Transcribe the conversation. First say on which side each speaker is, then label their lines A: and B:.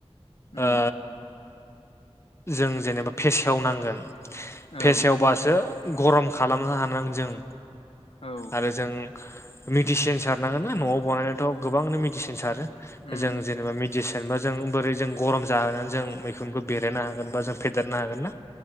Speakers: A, on the left; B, on the left.
A: उम
B: ओ जों जेनेबा फेसेवनांगोन
A: औ
B: फेसेवबासो गरम खालामनो हानांगोन जों।
A: औ
B: आरो जों मिडिसिन सारनांगोन ना न'आव बानायनायथ' गोबांनो मिडसिन सारो।
A: उम
B: जों जेनेबा मेडिसिनबा जों बोरै जों गरम जाहोनानै जों मैखुनखौ बेरायनो हागोन बा जों फेदेरनो हागोन ना